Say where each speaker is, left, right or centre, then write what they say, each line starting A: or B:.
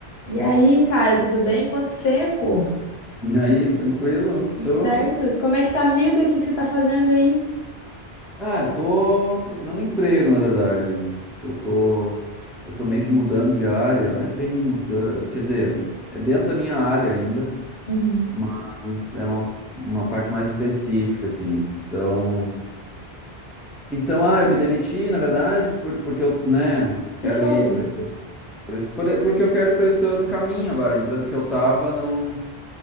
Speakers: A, on the left; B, in the centre.
A: E aí, cara, tudo bem? Quanto tempo?
B: E aí, tranquilo?
A: Tudo
B: Tô?
A: certo? Como é que tá a vida? O que que você tá fazendo aí?
B: Ah, eu tô procurando emprego, na verdade. Que eu tô, eu tô meio que mudando de área, não é bem mudando, quer dizer, é dentro da minha área ainda,
A: Uhum. O
B: mas é uma, uma parte mais específica, assim. Então, então, ah, eu me demiti, na verdade, por, porque eu, né,
A: que
B: quero
A: que houve?
B: ir para esse outro, por, esse- por- porque eu quero ir para esse outro caminho agora. A empresa que eu tava não